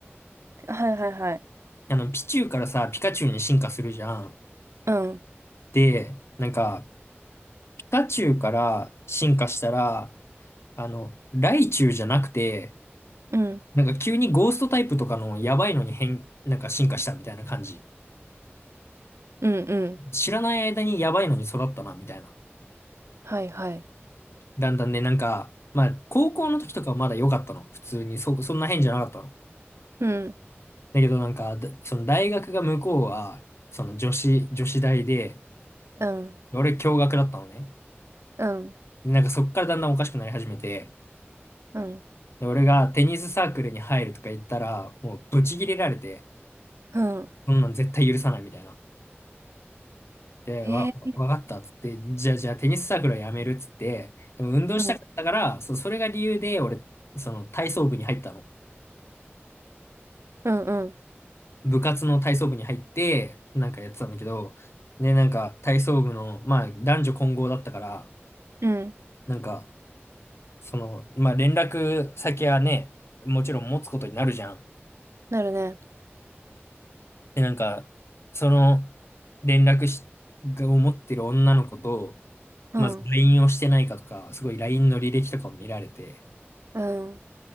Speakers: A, on the right; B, on the left.
A: はいはいはい。
B: あの、ピチュウからさ、ピカチュウに進化するじゃん。
A: うん、
B: で、なんか、ピカチュウから進化したら、あの、ライチュウじゃなくて、
A: うん、
B: なんか急にゴーストタイプとかのやばいのに変、なんか進化したみたいな感じ。
A: うん、うん。
B: 知らない間にやばいのに育ったな、みたいな。
A: はいはい。
B: だんだんね、なんか、まあ、高校の時とかはまだ良かったの。普通に、そ、そんな変じゃなかったの。
A: うん、
B: だけどなんか、だその大学が向こうは、その女子、女子大で、
A: うん、
B: 俺共学だったのね。
A: うん、
B: でなんかそっからだんだんおかしくなり始めて、
A: うん、
B: で、俺がテニスサークルに入るとか言ったら、もうブチギレられて、
A: うん。
B: そんなん絶対許さないみたいな。で、
A: へ
B: わ、わかったっつって、じゃあじゃあテニスサークルはやめるっつって、でも運動したかったから、
A: うん、
B: そ、それが理由で俺、その体操部に入ったの。
A: うん、うん、
B: 部活の体操部に入って、なんかやってたんだけど、で、なんか体操部の、まあ男女混合だったから、
A: うん、
B: なんか、その、まあ、連絡先はね、もちろん持つことになるじゃん。
A: なるね。
B: で、なんか、その、連絡し、を持ってる女の子と、
A: うん、
B: まず LINE をしてないかとか、すごい LINE の履歴とかを見られて、
A: うん、うん、